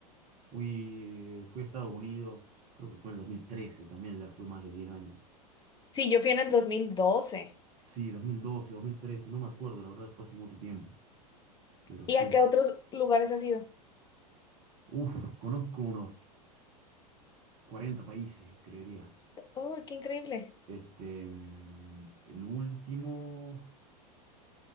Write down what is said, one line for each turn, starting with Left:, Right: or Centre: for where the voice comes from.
Right: fui, fui a Estados Unidos, creo que fue en el 2013, también ya fue más de 10 años.
Left: Sí, yo fui en el dos mil doce
Right: Sí, 2012, 2013, no me acuerdo, la verdad fue hace mucho tiempo, pero
Left: ¿Y
Right: sí.
Left: a qué otros lugares has ido?
Right: Uf, conozco unos 40 países, creería.
Left: ¡Oh, qué increíble!
Right: Este, mm, el último,